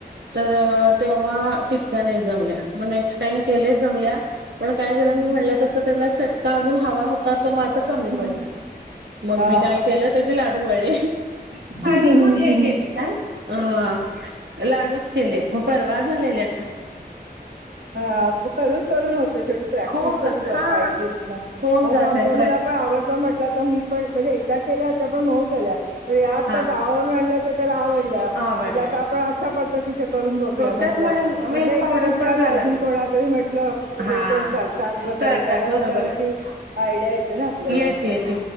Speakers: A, on the right (about 80°); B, on the right (about 65°).
A: तर तेव्हा तितक्या नाय जमल्या मग नेक्स्ट टाईम केले जमल्या पण काय झालं
B: हं,
A: मी म्हणलं
B: हं.
A: तस त्याला चटका अजून हवा होता तो माझा कमी
B: हं, हं. हं,
A: पडला,
B: हं.
A: मग
B: हां,
A: मी काय
B: हां,
A: केलं
B: हां.
A: त्याचे लाडू वळले.
B: हं,
A: आणि मग हे केले काय? अ लाडूच केले म परवा झालेले छा
B: आ करून करून होतं शेवटी प्रॅक्टिस
A: होऊन जात हा
B: पाहिजे ना
A: होऊन
B: आता
A: जातय
B: आमच्या
A: प्रॅक्ट
B: मुला पण आवडत म्हटल आता मी पण म्हणजे एकदा केल्या होत्या पण मऊ झाल्या पण या
A: हा
B: गावावरून आणल्या होत्या तर त्याला आव ल्या
A: आवडल्या
B: म्हणलं आपण अशा पद्धतीच्या करून बघूया म्हंटलं
A: त्यात म्हणे मिल्क
B: म्हंटलं एकदा
A: पावडर
B: विचारू
A: पण घालावी
B: अजून कोणा तरी म्हटलं
A: हा
B: जे कोण करतात वगैरे
A: करतात
B: त्यांना
A: बरोबर
B: विचारलं
A: आहे
B: की आयडिया येते ना आपल्याला
A: येते
B: हम्म.
A: येते